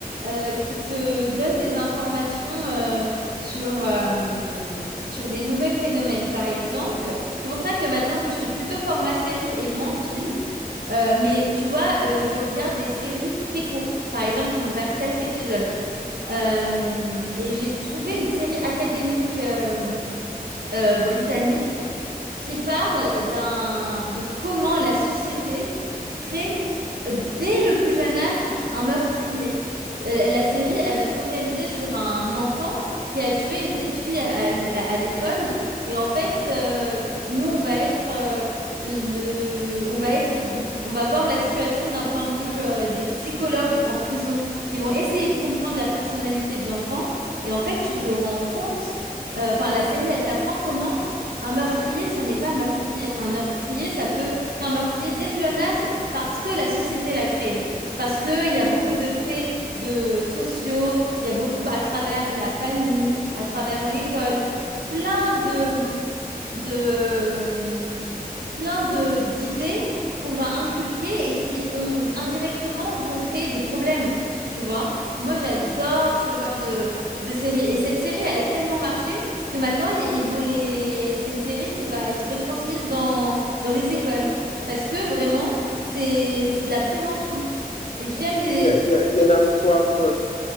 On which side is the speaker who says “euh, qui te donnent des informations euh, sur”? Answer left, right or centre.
Right